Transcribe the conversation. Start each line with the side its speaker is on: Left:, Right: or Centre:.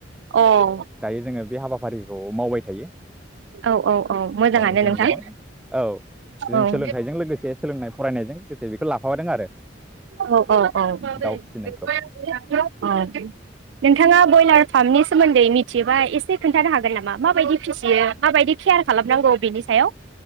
Right: अ
Centre: दायो जोङो बे हाबाफारि खौ मावबाय थायो
Right: औ औ औ मोजाङानो
Centre: जों
Right: नोंथां
Centre: गोबां औ जों
Right: औ
Centre: सोलोंथाइजों लोगोसे सोलोंनाय फरायनायजों लोगोसे बेखौ लाफाबादों आरो
Right: औ औ औ
Centre: दाउ फिसिनायखौ
Right: औ नोंथाङा बयलार फार्मनि सोमोन्दै मिथियोबा एसे खोन्थानो हागोन नामा माबायदि फिसियो माबायदि केयार खालामनांगौ बेनि सायाव